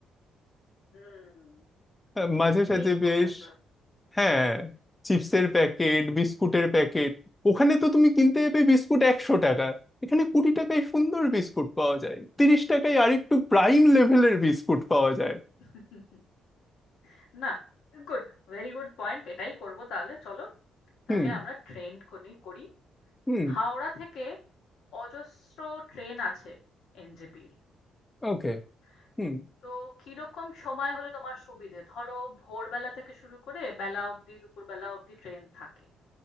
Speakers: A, on the left (about 80°); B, on the left (about 15°).
A: হুম
B: আহ, মাঝে
A: ঠিক
B: সাঝে বেশ
A: বলেছো
B: হ্যাঁ চিপসের প্যাকেট বিস্কুটের প্যাকেট ওখানে তো তুমি কিনতে যাবে বিস্কুট একশো টাকা এখানে কুড়ি টাকায় সুন্দর বিস্কুট পাওয়া যায় তিরিশ টাকায় আরেকটু প্রাইম লেভেলের বিস্কুট পাওয়া যায়
A: <laughs> না গুড ভেরি গুড পয়েন্ট এটাই করব তাহলে চলো তাহলে
B: হুম
A: আমরা ট্রেন করি করি
B: হুম
A: হাওড়া থেকে অজস্র ট্রেন আছে এনজেপির
B: ওকে
A: হুম
B: হুম
A: তো কিরকম সময় হলে তোমার সুবিধে ধরো ভোরবেলা থেকে শুরু করে বেলা অবধি দুপুর বেলা অবধি ট্রেন থাকে